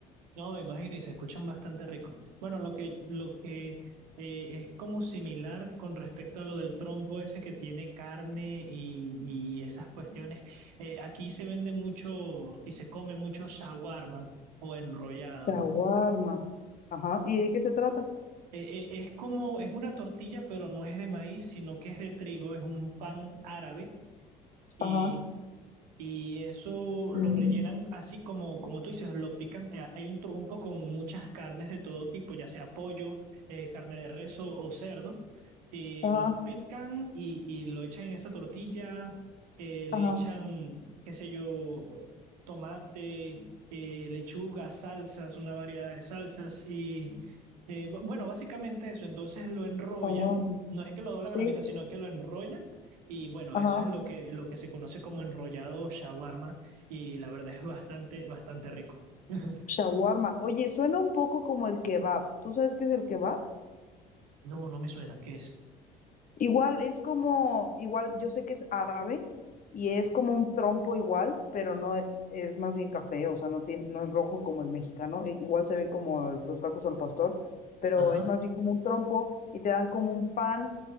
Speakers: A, on the right; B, on the left.
A: No, me imagino y se escuchan bastante ricos. Bueno, lo que, lo que eh, es como similar con respecto a lo del trompo ese que tiene carne y, y esas cuestiones. Eh, aquí se vende mucho y se come mucho shawarma o enrollado.
B: Shawarma. Ajá. ¿Y de qué se trata?
A: Eh, eh, es como, es una tortilla, pero no es de maíz, sino que es de trigo, es un pan árabe y
B: Ajá.
A: y eso lo
B: Mm,
A: rellenan así como, como tú dices, lo pican. Eh, Hay un trompo con muchas carnes de todo tipo, ya sea pollo, eh, carne de res o, o cerdo. Y
B: Ajá,
A: los pican y, y lo echan en esa tortilla. eh, le
B: ajá,
A: echan, qué sé yo, tomate, eh, lechuga, salsas, una variedad de salsas. Y eh, bu- bueno, básicamente eso. Entonces lo enrollan.
B: shawarma.
A: No es que lo doblan
B: Sí,
A: a la mitad, sino que lo enrollan y bueno,
B: ajá.
A: eso es lo que, lo que se conoce como enrollado o shawarma y la verdad es bastante, bastante rico. <laughs>
B: Shawarma. Oye, suena un poco como el kebab. ¿Tú sabes qué es el kebab?
A: No, no me suena, ¿qué es?
B: Igual es como, igual yo sé que es árabe y es como un trompo igual, pero no e- es más bien café, o sea, no tiene, no es rojo como el mexicano, i- igual se ve como el- los tacos al pastor, pero
A: Ajá.
B: es más bien como un trompo y te dan como un pan,